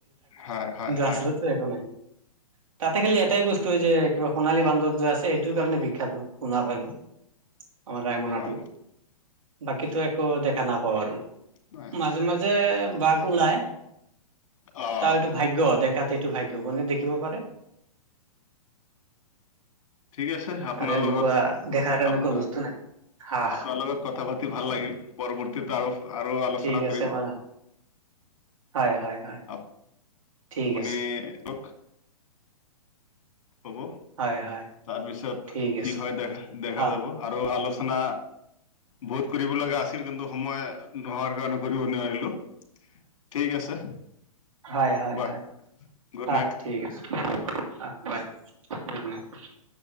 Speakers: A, on the left; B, on the right.
A: হয় হয় হয়।
B: আচলতে একো নাই তাতে খালি এটাই বস্তু যে কিবা সোণালী বান্দৰ যে আছে সেইটোৰ কাৰণে বিখ্যাত ন? শুনা পালো। অঁ ৰায়মনাটো
A: হয়
B: বাকীটো একো দেখা নাপাওঁ আৰু।
A: নাই।
B: মাজে মাজে বাঘ ওলাই
A: অ',
B: তাৰ ভাগ্য দেখাতে এইটো ভাগ্য কোনে দেখিব পাৰে।
A: ঠিক আছে আপোনাৰ
B: আৰু এনেকুৱা
A: লগত
B: দেখাৰ এনেকুৱা
A: আপ
B: বস্তু নাই। হা
A: আপোনাৰ লগত কথা পাতি ভাল লাগিল, পৰৱৰ্তীত আৰু আৰু আলোচনা
B: ঠিক আছে
A: কৰিম।
B: বাৰু হয় হয় হয়।
A: আ
B: ঠিক
A: আপুনি
B: আছে
A: কওক। হ'ব
B: হয় হয়
A: তাৰপিছত
B: ঠিক
A: কি
B: আছে।
A: হয় দেখা দেখা
B: হা
A: যাব আৰু আলোচ না বহুত কৰিব লগা আছিল কিন্তু সময় নোহোৱাৰ কাৰণে কৰিব নোৱাৰিলো। ঠিক আছে।
B: হয় হয়
A: বাই
B: হয়
A: গুড
B: অহ
A: নাইট।
B: ঠিক আছে অহ। হয় <inaudible>